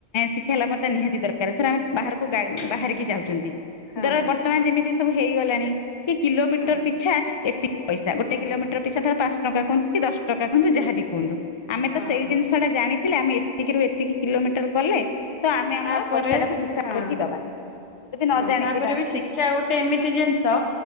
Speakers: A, on the left; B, on the left.
A: ଶିକ୍ଷାଲାଭଟା ନିହାତି ଦରକାର ଧର ଆମେ ବାହାରକୁ
B: ହଁ
A: ବାହାରିକି ଯାଉଛନ୍ତି
B: ହଁ
A: ଧର ବର୍ତ୍ତମାନ ଯେମିତି ସବୁ ହେଇଗଲାଣି। କି କିଲୋମିଟର
B: ହଁ
A: ପିଛା ଏତିକି ପଇସା ଗୋଟେ
B: ହଁ।
A: କିଲୋମିଟର ପିଛା ଧର ପାଞ୍ଚ ଟଙ୍କା କୁହନ୍ତୁ କି ଦଶ ଟଙ୍କା କୁହନ୍ତୁ ଯାହା ବି କୁହନ୍ତୁ। ଆମେ
B: ହଁ
A: ତ ସେଇ
B: ହଁ
A: ଜିନିଷଟା ଜାଣି ଥିଲେ ଆମେ ଏତିକିରୁ ଏତିକି କିଲୋମିଟର ଗଲେ। ତ ଆମେ ଆମର
B: ତାପରେ
A: ପଇସା ଟାକୁ ହିସାବ
B: ହଁ
A: କରିକି
B: ହଁ
A: ଦବା। ଯଦି ନ
B: ହଁ
A: ଜାଣିଥିବା
B: ତାପରେ ବି ଶିକ୍ଷା ଗୋଟେ ଏମିତି ଜିନିଷ